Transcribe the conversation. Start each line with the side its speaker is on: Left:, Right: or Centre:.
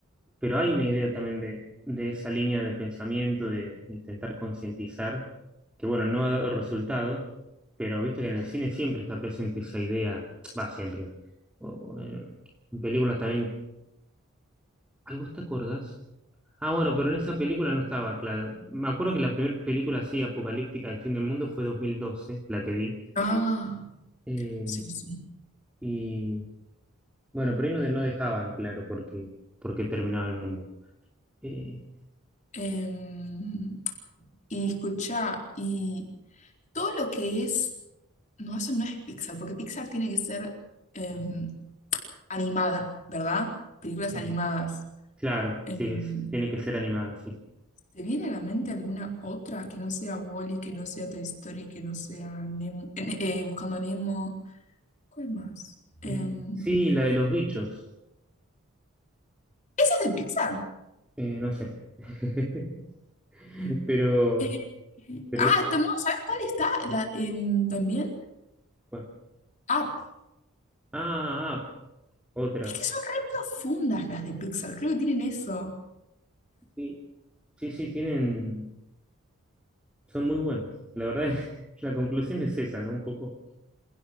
Centre: pero hay una idea también de, de esa línea de pensamiento, de, de intentar concientizar, que bueno, no ha dado resultado, pero viste que en el cine siempre está presente esa idea, va siempre. O, eh, en películas también, ay, ¿vos te acordás? Ah, bueno, pero en esa película no estaba claro. Me acuerdo que la primera película así apocalíptica del fin del mundo fue 2012, la que vi.
Left: Ah,
Centre: Eh,
Left: sí, sí.
Centre: Y bueno, pero ahí no, de- no dejaban claro por qué, por qué terminaba el mundo. Eh,
Left: Em, y escucha, y todo lo que es No, eso no es Pixar, porque Pixar tiene que ser em, animada, ¿verdad? Películas
Centre: eh,
Left: animadas.
Centre: claro,
Left: Em,
Centre: sí, es- tiene que ser animada, sí.
Left: ¿te viene a la mente alguna otra que no sea Wall-E, que no sea Toy Story, que no sea Nemo- eh, eh, Buscando a Nemo? ¿Cuál más? Em,
Centre: Eh, sí, la de los bichos,
Left: esa es de Pixar.
Centre: eh, no sé. <laughs> Pero,
Left: Eh, eh,
Centre: pero
Left: ah,
Centre: esa,
Left: to- no, ¿sabes cuál está? La, em, también.
Centre: bueno.
Left: Ah,
Centre: Ah, Up, otra.
Left: es que son re profundas las de Pixar, creo que tienen eso.
Centre: Sí, sí, sí, tienen, son muy buenas. La verdad, <laughs> la conclusión es esa, ¿no? Un poco.